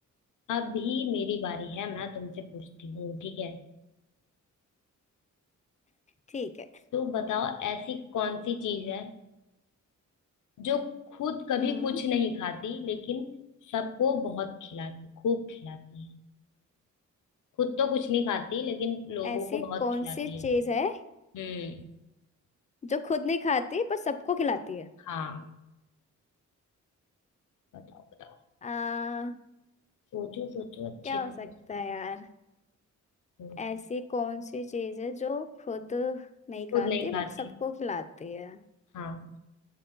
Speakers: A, on the left (about 75°); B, on the left (about 25°).
A: अभी मेरी बारी है मैं तुमसे पूछती हूँ ठीक है
B: ठीक है
A: तो बताओ ऐसी कौन सी चीज है जो खुद कभी
B: हम्म
A: कुछ नहीं खाती लेकिन सबको बहुत खिलाती खूब खिलाती है खुद तो कुछ नहीं खाती लेकिन लोगों
B: ऐसी
A: को बहुत
B: कौन
A: खिलाती
B: सी चीज
A: है
B: है
A: हम्म
B: जो खुद नहीं खाती पर सबको खिलाती है
A: हाँ बताओ बताओ
B: आ,
A: सोचो सोचो अच्छे
B: क्या हो
A: से
B: सकता
A: सोचना
B: है यार
A: सोच-
B: ऐसी कौन सी चीज है जो खुद नहीं खाती
A: खुद नहीं खाती
B: बट सबको खिलाती है
A: हाँ